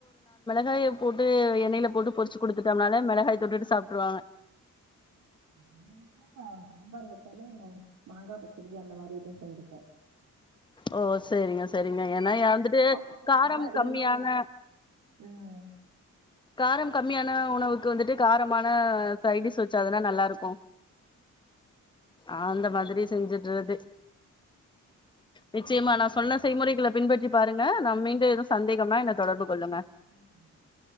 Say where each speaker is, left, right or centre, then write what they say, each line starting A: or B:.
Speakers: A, on the left; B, on the right.
A: காய போட் டு எண்ணெயில போட்டு பொரிச்சு குடுத்துட்டோம்னாலே மெளகாய தொட்டுட்டு சாப்ட்ருவாங்க.
B: ம் எ எங்க வீட்ல சாம்பார் வச்சாலே நா மாங்கா பச்சடி அந்த மாரிதா செஞ்சுப்பே
A: ஓ சேரிங்க சேரிங்க ஏன்னா ஏன்
B: இப்ப
A: வந்துட்டு
B: மாங்கா சீசன்னால
A: காரம்
B: அதிகமா
A: கம்மியான
B: ம்
A: காரம் கம்மியான உணவுக்கு வந்துட்டு காரமான சைட் டிஷ் வச்சாதான நல்லா இருக்கு ஆ அந்த மாதிரி செஞ்சுட்றது. நிச்சயமா நா சொன்ன செய்முறைகள பின்பற்றி பாருங்க நா மீண்டு எதும் சந்தேகம்னா என்ன தொடர்பு கொள்ளுங்க
B: உஹம்ஹ